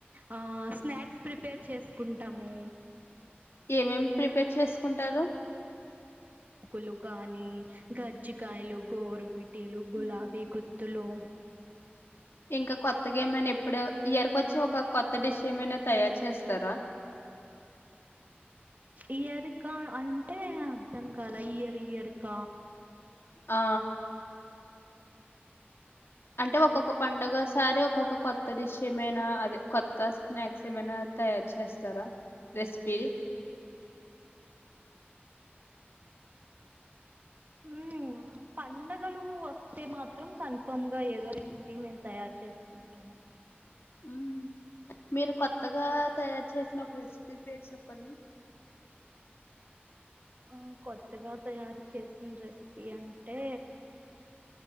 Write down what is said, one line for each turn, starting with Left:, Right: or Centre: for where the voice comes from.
Right: ఆ స్నాక్స్ ప్రిపేర్ చేసుకుంటాము
Left: ఏమేమి ప్రిపేర్ చేసుకుంటారు
Right: కులుకా అనీ గజ్జికయలు గోరుమిటీలు గులాబీ
Left: ఉమ్.
Right: గు త్తులు
Left: ఇంకా కొత్తగా ఏమైనా ఎప్పుడు ఇయర్ కొచ్చి ఒక కొత్త డిష్ ఏమైనా తయారు చేస్తారా
Right: ఇయరిక అంటే అర్ధం కాలే ఇయర్ ఇయరుక
Left: ఆ అంటే ఒక్కొక్క పండగసారి ఒక్కొక్క కొత్త డిష్ ఏమైనా అదే కొత్త స్నాక్స్ ఏమైనా తయారు చేస్తారా రెసిపీ
Right: హుమ్ పండగలు వస్తే మాత్రం కన్ఫ ఫామ్ గా ఏదో రెసిపీ మీము తయారు చేసుకుంట
Left: అ మీరు కొత్తగా తయారు చేసిన ఒక రెసిపీ పేరు చెప్పండి
Right: ఆ కొత్తగా తయారు చేసిన రెసిపీ అంటే